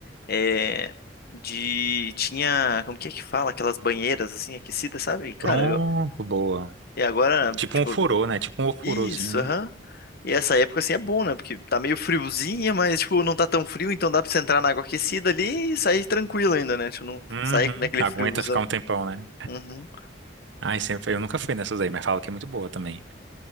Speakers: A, on the left (about 55°); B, on the right (about 70°).
A: é de tinha, como que é que fala, aquelas banheiras assim aquecidas, sabe? E, cara,
B: Pronto,
A: eu,
B: boa.
A: e agora,
B: Tipo
A: tipo,
B: um furô, né? Tipo um ofurôzinho,
A: isso,
B: né?
A: aham. E essa época, assim, é bom, né? Porque tá meio friozinha, mas, tipo, não tá tão frio, então dá pra você entrar na água aquecida ali e sair tranquilo ainda, né? Tipo, não
B: Uhum.
A: sair naquele
B: Aguenta
A: friozão.
B: ficar um tempão, né?
A: Uhum.
B: Ai, sempre, eu nunca fui nessas aí, mas falo que é muito boa também.